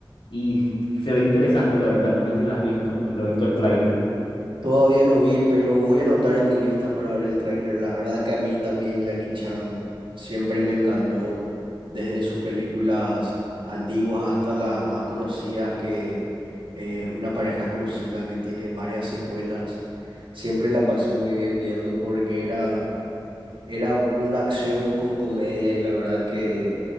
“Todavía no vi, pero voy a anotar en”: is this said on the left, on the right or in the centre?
Right